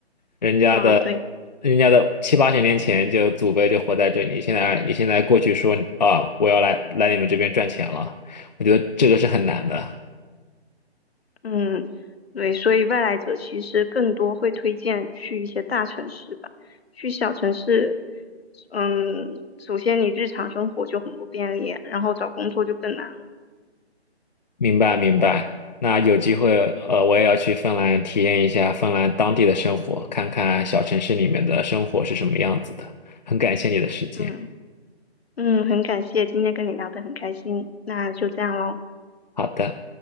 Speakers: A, on the left; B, on the left.
A: 人家的
B: 啊。对，
A: 人家的七八十年前就祖辈就活在这里，现在你现在过去说啊，我要来来你们这边赚钱了，我觉得这个是很难的。
B: 嗯，对，所以外来者其实更多会推荐去一些大城市吧，去小城市，嗯，首先你日常生活就很不便利，然后找工作就更难了。
A: 明白明白。那有机会，呃，我也要去芬兰体验一下芬兰当地的生活，看看小城市里面的生活是什么样子的。很感谢你的时间。
B: 嗯嗯，很感谢今天跟你聊得很开心，那就这样喽。
A: 好的。